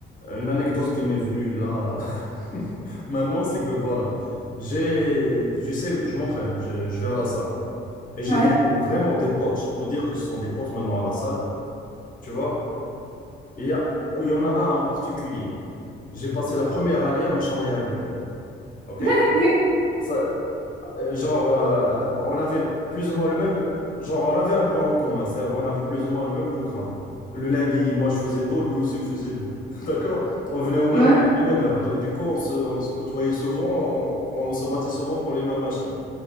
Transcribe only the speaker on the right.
Ouais.
<laughs>
Ouais,